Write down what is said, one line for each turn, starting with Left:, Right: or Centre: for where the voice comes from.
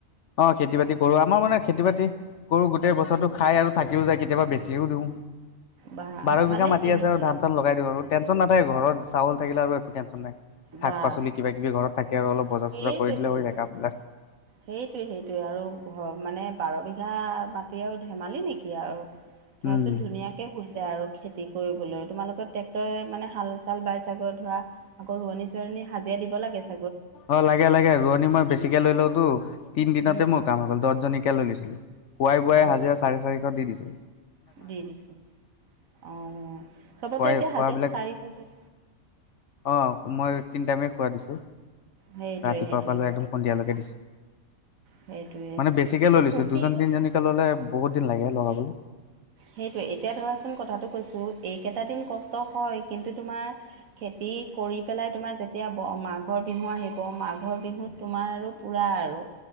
Left: অ, খেতি-বাতি কৰো আমাৰ মানে খেতি- বাতি কৰো গোটেই বছৰটো খাই আৰু থাকিও যায় কেতিয়াবা বেছিয় ডো।
Right: বা
Left: বাৰ
Right: ভালেই
Left: বিঘা মাটি
Right: তেনেহ'লে
Left: আছে আৰু ধান- চান লগাই দিওঁ আৰু। টেনচন নাথাকে ঘৰত চাউল থাকিলে আৰু একো টেনচন নাই শাক
Right: বা
Left: -পাচলি কিবা -কিবি ঘৰত থাকে আৰু অলপ। বজাৰ-
Right: সেইটোৱেতো
Left: চজাৰ কৰি দিলে হৈ যায় কামবিলাক।
Right: সেইটোৱে -সেইটোৱে আৰু ঘৰ মানে বাৰ বিঘা মাটি আৰু ধেমালি নেকি আৰু ধৰাচোন
Left: উম
Right: ধুনীয়া কে হৈ যায় আৰু খেতি কৰিবলৈ তোমালোকৰ ট্ৰেক্টৰেৰে মানে হাল চাল বাই চাগৈ ধৰা আকৌ ৰোৱনী চোৱণী হাজিৰা দিব লাগিছে।
Left: অ, লাগে -লাগে ৰোৱনী মই বেছিকে লৈ লওঁ তো তিন দিনতে
Right: উম,
Left: মোক কাম হৈ গ'ল দছজনী কে লৈ লৈছিলোঁ নিছিলি খুৱাই বোৱাই
Right: অঁ
Left: হাজিৰা
Right: বা
Left: চাৰে চাৰিশ দি দিছোঁ।
Right: দি দিছো অ, চবতে
Left: খুৱাই
Right: এতিয়া
Left: খোৱাবিলাক
Right: হাঁজিৰা চাৰিশ কে
Left: অ, মই তিন টাইমেই খোৱা দিছে।
Right: সেইটোৱে
Left: ৰাতিপুৱা
Right: সেইটোৱে
Left: পা লৈ একদম সন্ধিয়ালৈকে দিছে।
Right: সেইটোৱে
Left: মানে বেছিকে লৈ লৈছো
Right: খেতি
Left: দুজন তিনজনীকে ল'লে বহুত দিন লাগে লগাবলে।
Right: সেইটোৱে এতিয়া ধৰাচোন কথাটো কৈছোঁ এইকেইটা দিন কষ্ট হয় কিন্তু তোমাৰ খেতি কৰি পেলাই তোমাৰ যেতিয়া মাঘৰ বিহু আহিব মাঘৰ বিহুত তোমাৰ আৰু পুৰা আৰু